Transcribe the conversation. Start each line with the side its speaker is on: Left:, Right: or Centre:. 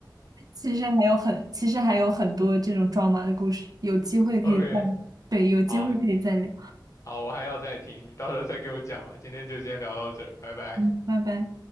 Right: 其实还有很，其实还有很多这种抓马的故事，有机会可以再，
Left: OK，
Right: 对，有机会可以再聊。
Left: 好，好，我还要再听，你到时候再给我讲吧。今天就先聊到这儿，拜拜。
Right: 嗯，拜拜。